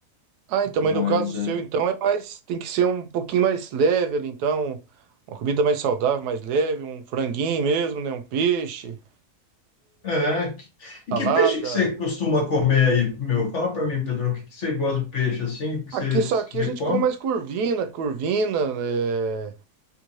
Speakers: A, on the right; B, on the left.
A: Ah, então,
B: Mas
A: mas no caso seu,
B: é.
A: então, é mais. Tem que ser um pouquinho mais leve ali, então. Uma comida mais saudável, mais leve, um franguinho mesmo, né? Um peixe,
B: É. que- E
A: salada.
B: que peixe que você costuma comer aí, meu? Fala pra mim, Pedro, o que, que você gosta de peixe assim, que
A: Aqui,
B: você,
A: só aqui
B: que você
A: a gente
B: come?
A: come mais curvina, curvina, é,